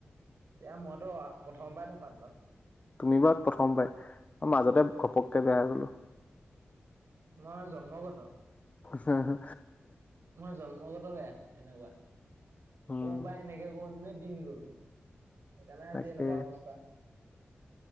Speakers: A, on the right (about 75°); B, on the left (about 35°).
A: এয়া মইতো প্ৰথম পাই দপাত বাউ
B: তুমি বা প্ৰথম পাই মাজতে ঘপককে বেয়া হৈ গলো
A: মই জন্মগত
B: হা
A: মই জন্মগত বেয়া এনেকুৱা
B: উম
A: সৰু পৰাই এনেকে কৰোতে দিন গ'ল সেইকাৰণে
B: তাকে
A: আজি এনেকুৱা অৱস্থা